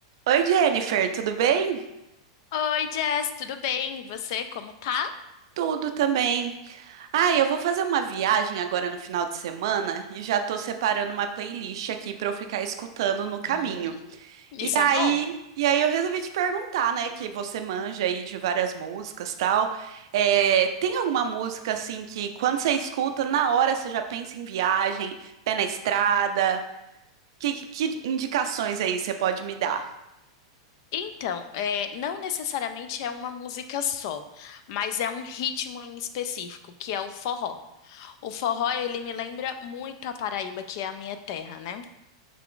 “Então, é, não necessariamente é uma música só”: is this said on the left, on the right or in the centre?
Left